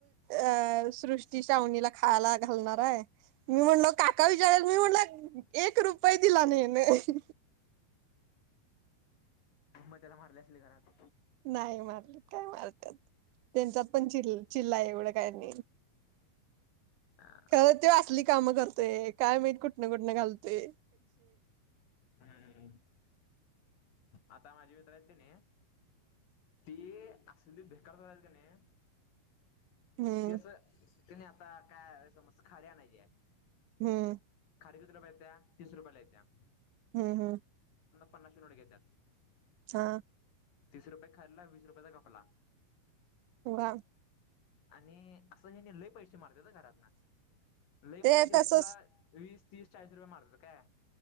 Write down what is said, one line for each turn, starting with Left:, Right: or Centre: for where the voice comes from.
Right: अ सृष्टी शावणीला खा काला घालणार आहे मी म्हणलो काका विचारला मी म्हणल एक रुपये दिला नाही नाही
Left: म त्याला मारले असले घरात
Right: नाही मारले काय मारतात त्यांच्यात पण चि चिल्लाय एवढ काय नाही
Left: हम्म
Right: खरं ते असली कामं करते काय माी कुठनं कुठनं घालते
Left: हम आता माझे मित्र आहेत का नाही ते असली बेकार ल त्या नाही
Right: हम्म
Left: ती असं तने आता काय समज खली आणायची आहे
Right: हम्म
Left: खारी कती रुपया त्या्या तीस रुपयाला य त्या्या
Right: हम्म हम्म
Left: पन्ना शिवड घेतात
Right: हा
Left: तीस रुपयाे खाल्ला वीस रुपयाचा कपला
Right: ह
Left: आणि असं हे लय पैसे मारते ना घरात ना लय म्हणजे
Right: ते
Left: दिवसाला
Right: तसच
Left: वीस तीस चाळीस रुपय मतात का